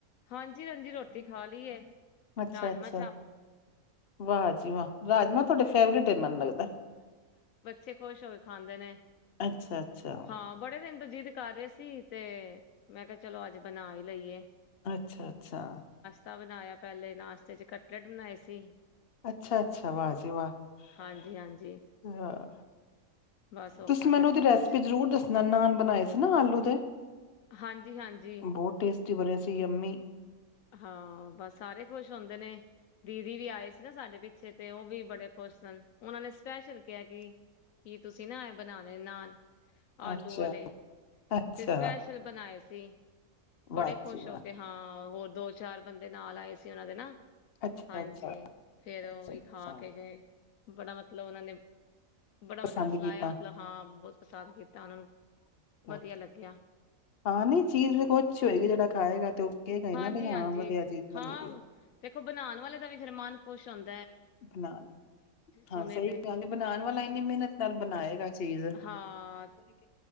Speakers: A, on the left; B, on the left.
A: ਹਾਂਜੀ ਹਾਂਜੀ ਰੋਟੀ ਖਾ ਲਈ ਹ
B: ਅੱਛਾ
A: ਰਾਜਮਾ
B: ਅੱਛਾ ਵਾਹ ਜੀ ਵਾਹ ਰਾਜਮਾ ਤੁਹਾਡੇ ਫੈਮਲੀ ਤੇ ਮੈਨੂੰ ਲੱਗਦਾ।
A: ਤੇ ਖੁਸ਼ ਹੋਏ ਖਾਂਦੇ ਨੇ
B: ਅੱਛਾ ਅੱਛਾ
A: ਹਾਂ ਬੜੇ ਦਿਨ ਦਿਖਾ ਰਹੇ ਸੀ ਤੇ ਮੈਂ ਕਿਹਾ ਚਲੋ ਅੱਜ ਬਣਾ ਹੀ ਲਈਏ।
B: ਅੱਛਾ ਅੱਛਾ
A: ਨਾਸ਼ਤਾ ਬਣਾਇਆ ਪਹਿਲੇ ਨਾਸਤੇ ਚ <unintelligible> ਬਰੈਡ ਬਣਾਏ ਸੀ।
B: ਅੱਛਾ-ਅੱਛਾ, ਵਾਹ ਜੀ ਵਾਹ।
A: ਹਾਂਜੀ। ਹਾਂਜੀ।
B: <unintelligible>
A: ਬਸ ਉਹ
B: ਤੁਸੀਂ
A: ਖਾਧਾ
B: ਮੈਨੂੰ ਉਹਦੀ
A: ਸਭ
B: ਰੈਸਪੀ
A: ਕੁਛ
B: ਜਰੂਰ ਦੱਸਣਾ ਨਾ ਬਣਾਏ ਸੀ ਨਾ ਆਲੂ ਦੇ
A: ਹਾਂਜੀ ਹਾਂਜੀ
B: ਬਹੁਤ ਟੇਸਟੀ ਤੁਸੀ ਬੋਲਿਆ ਸੀ ਯੂਮਮੀ।
A: ਹਾਂ ਬਸ ਸਾਰੇ ਖੁਸ਼ ਹੁੰਦੇ ਨੇ ਦੀਦੀ ਵੀ ਆਏ ਸੀ ਨਾ ਸਾਡੇ ਪਿੱਛੇ ਤੇ ਉਹ ਵੀ ਬੜੇ ਖੁਸ਼ ਸਨ ਉਹਨਾਂ ਨੇ ਸਪੈਸ਼ਲ ਕਿਹਾ ਕਿ ਕੀ ਤੁਸੀਂ ਨਾ ਬਣਾ ਦੇ ਨਾਨ। ਆਲੂ
B: ਅੱਛਾ
A: ਵਾਲੇ
B: ਅੱਛਾ
A: ਤੇ ਸਪੈਸ਼ਲ ਬਣਾਏ ਸੀ। <unintelligible> ਬੜੇ
B: ਵਾਹ
A: ਖੁਸ਼
B: ਜੀ ਵਾਹ
A: ਹੋ ਕੇ ਹਾਂ <unintelligible> ਦੋ, ਚਾਰ ਬੰਦੇ ਨਾਲ ਆਏ ਸੀ ਉਹਨਾਂ ਦੇ ਨਾ
B: ਅੱਛਾ
A: ਹਾਂਜੀ
B: ਅੱਛਾ
A: ਫਿਰ
B: ਅੱਛਾ
A: ਉਹ ਵੀ
B: ਅੱਛਾ
A: ਖਾ ਕੇ ਗਏ। ਬੜਾ ਮਤਲਬ ਉਹਨਾਂ ਨੇ। ਬੜਾ
B: ਪਸੰਦ
A: ਮਤਲਬ ਸੁਣਾਇਆ
B: ਕੀਤਾ
A: ਮਤਲਬ ਹਾਂ।
B: <inaudible>
A: <unintelligible> ਵਧੀਆ ਲੱਗਿਆ
B: ਆ ਨਹੀਂ ਚੀਜ਼ ਵੇਖੋ ਜਿਹੜਾ ਖਾਏਗਾ ਤੇ <inaudible>
A: ਜੀ, ਹਾਂਜੀ,
B: ਵਧੀਆ ਚੀਜ਼ ਬਣੀ
A: ਹਾਂ
B: ਦੀ ਹੈ
A: ਦੇਖੋ ਬਣਾਉਣ ਵਾਲੇ ਦਾ ਵੀ ਫੇਰ ਮਨ ਖੁਸ਼ ਹੋਨ
B: <unintelligible> ਹਾਂ,
A: ਸੁਣੇ
B: ਸਹੀ
A: ਤੇ
B: ਗੱਲ ਐ। ਬਨਾਨ ਵਾਲਾ ਇਨੀ ਮਿਹਨਤ ਨਾਲ ਬਨਾਏਗਾ। <inaudible>
A: ਹਾਂ